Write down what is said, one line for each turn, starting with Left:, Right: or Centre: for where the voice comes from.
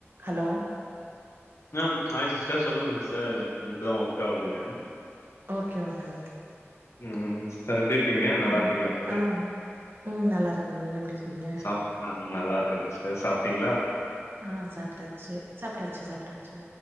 Right: Hello
Left: ஆம் ஆய் sister சொல்லுங்க சிஸ்டர் இப்பதா ஒர்க் ஆகுதுங்க
Right: ஓகே ஓகே நல்லது
Left: ம் ஸ்டர் எப்டி இருக்கீங்க நல்லாருக்கீங்ளா
Right: ம்
Left: சிஸ்டர்
Right: ஆ ம் நல்லாருக்கேங்க நீங்க எப்டி இருக்கீங்க
Left: சாப்ட்டேன் நான் நல்லாருக்க சிஸ்டர் சாப்ட்டீங்களா
Right: ஆ சாப்ட்டாச்சு சாப்ட்டாச்சு சாப்ட்டாச்சு